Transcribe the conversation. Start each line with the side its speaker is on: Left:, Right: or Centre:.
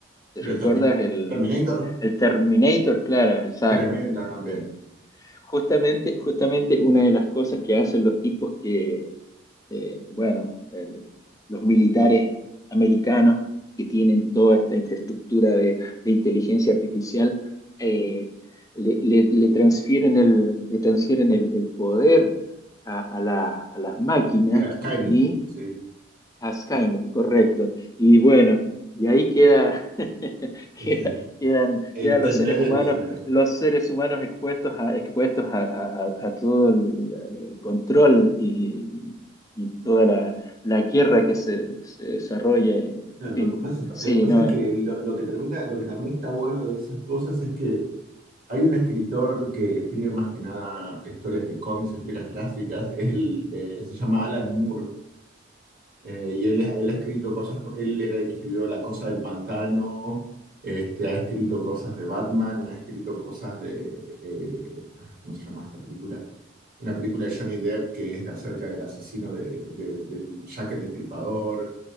Left: ¿Te
Right: Le
Left: recuerdas el,
Right: Terminator,
Left: el Terminator? Claro, exacto.
Right: tremenda también.
Left: Eh, Justamente, justamente una de las cosas que hacen los tipos que, eh, bueno, el- los militares americanos que tienen toda esta infraestructura de, de inteligencia artificial, eh, le, le- le transfieren el, le transfieren el, el poder a, a la- a las máquinas
Right: Y a Skynet,
Left: y
Right: sí,
Left: a Skynet, correcto. Y bueno, y ahí queda, <laughs> queda-
Right: dice,
Left: quedan,
Right: el
Left: quedan
Right: tendedero,
Left: los seres humanos,
Right: dijeron.
Left: los seres humanos expuestos a, expuestos a, a- a- a todo el, el control y, y- y toda la, la guerra que se, se desarrolla. y,
Right: Claro,
Left: en fin,
Right: lo que pasa,
Left: sí,
Right: lo que pasa
Left: no.
Right: es que
Left: eh,
Right: lo, lo que termina, lo que también está bueno de esas cosas es que hay un escritor que escribe más que nada historias de cómics o historias gráficas, es el, eh, se llama Alan Moore, eh, y él, él ha escrito cosas, co- él era el que escribió La Cosa del Pantano, este, ha escrito cosas de Batman, ha escrito cosas de, eh, ay, ¿cómo se llama esta película? Una película de Johnny Depp que es acerca del asesino de, de, del Jack el Destripador,